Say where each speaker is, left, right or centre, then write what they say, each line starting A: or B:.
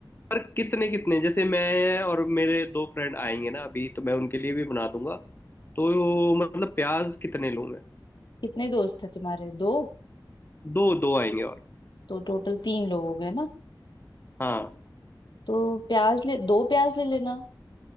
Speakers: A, on the left; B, on the left.
A: पर कितने कितने जैसे मैं और मेरे दो फ्रेंड आएंगे ना अभी तो मैं उनके लिए भी बना दूंगा तो मतलब प्याज कितने लूं मैं
B: कितने दोस्त है तुम्हारे दो
A: दो दो आएंगे और
B: तो टोटल तीन लोग हो गए ना
A: हाँ
B: तो प्याज ले दो प्याज ले लेना